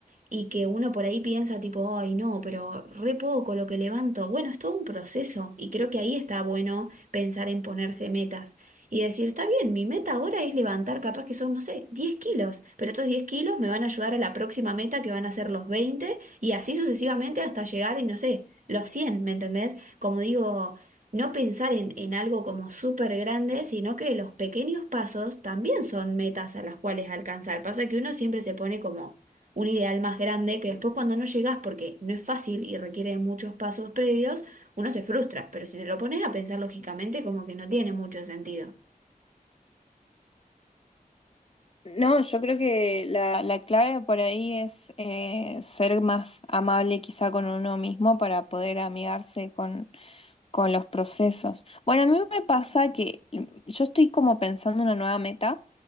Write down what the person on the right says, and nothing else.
y que uno por ahí piensa tipo, ay no, pero re poco lo que levanto. Bueno, es todo un proceso y creo que ahí está bueno pensar en ponerse metas y decir, está bien, mi meta ahora es levantar capaz que son, no sé, 10 kilos, pero estos 10 kilos me van a ayudar a la próxima meta que van a ser los 20 y así sucesivamente hasta llegar y no sé, los cien ¿me entendés? Como digo... No pensar en, en algo como súper grande, sino que los pequeños pasos también son metas a las cuales alcanzar. Pasa que uno siempre se pone como un ideal más grande que después cuando no llegas, porque no es fácil y requiere de muchos pasos previos, uno se frustra, pero si te lo pones a pensar lógicamente, como que no tiene mucho sentido.